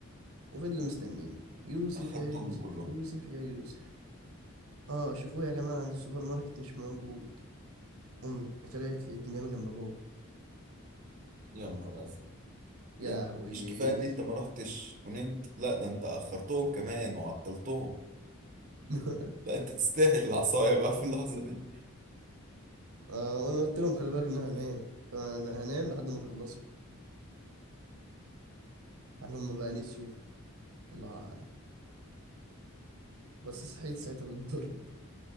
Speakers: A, on the right; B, on the right.
A: وفضلوا مستنيين يوسف
B: أخرتهم
A: يا يوسف
B: كلهم
A: يوسف يا يوسف اه شوفوه يا جماعة عند السوبر ماركت مش موجود أمي طلعت لقيتني نايمة جنب بابا
B: يا نهار ازرق
A: يا
B: يعني
A: لهوي
B: مش كفايه ان انت ما رحتش ونمت لا ده انت اخرتهم كمان وعطلتهم
A: <laughs>
B: لا انت تستاهل العصايه بقى في اللحظه دي
A: آه وأنا قلت لهم خلي بالك إن أنا هنام طبعا أنا هنام لحد ما تخلصوا هل هم بقى نسيوا الله أعلم بس صحيت ساعتها بالضرب